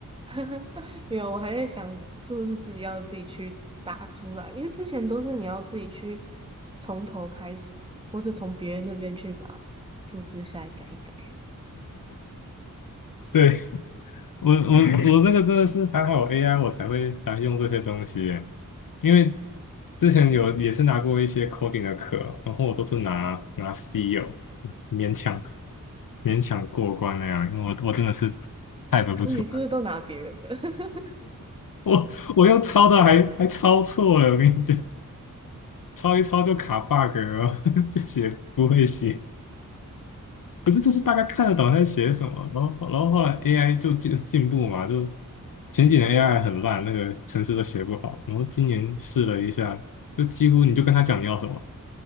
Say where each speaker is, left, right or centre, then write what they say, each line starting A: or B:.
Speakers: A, on the right; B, on the left.
A: <laughs> 没有，我还在想是不是自己要自己去打出来，因为之前都是你要自己去从头开始，或是从别人那边去把复制下来改一改。
B: 对，我我我这个真的是还好有 AI 我才会才用这些东西耶因为之前有也是拿过一些 coding 的课，然后我都是拿拿 C 有勉强勉强过关那样，因为我我真的是 type 不出来，
A: 那你是不是都拿别人的？<laughs>
B: 我我用抄的还还抄错了，我跟你讲，抄一抄就卡 bug 了，<laughs> 就写不会写。可是就是大概看得懂他在写什么，然后然后后来 AI 就进进步嘛，就前几年 AI 很烂，那个程式都写不好，然后今年试了一下，就几乎你就跟他讲你要什么，